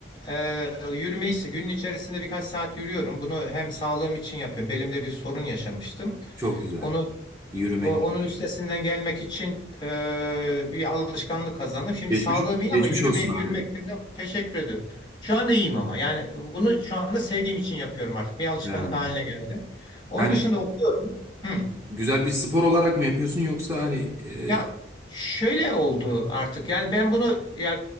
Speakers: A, on the left (about 25°); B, on the right (about 15°).
A: e, yürümeyi günün içerisinde birkaç saat yürüyorum. Bunu hem sağlığım için yapıyorum. Belimde bir sorun yaşamıştım.
B: Çok güzel.
A: Onu
B: Yürümek.
A: o- Onun üstesinden gelmek için eee, bir alışkanlık kazandım. Şimdi
B: Geçmiş
A: sağlığım iyi
B: geçmiş
A: ama yürüme,
B: olsun
A: yürümekten
B: abi.
A: de teşekkür ediyorum. Şu anda iyiyim ama yani bunu şu anda sevdiğim için yapıyorum artık. Bir alışkanlık
B: Ha.
A: haline geldi. Onun
B: Yani
A: dışında okuyorum. Hı.
B: güzel bir spor olarak mı yapıyorsun yoksa hani e,
A: Ya şöyle oldu artık. Yani ben bunu ya,